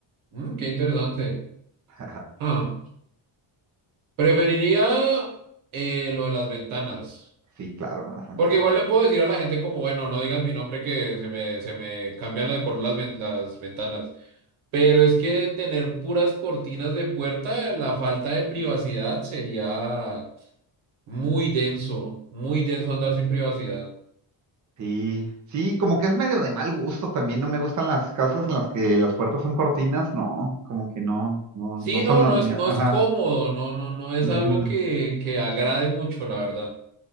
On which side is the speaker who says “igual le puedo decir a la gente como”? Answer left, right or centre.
Right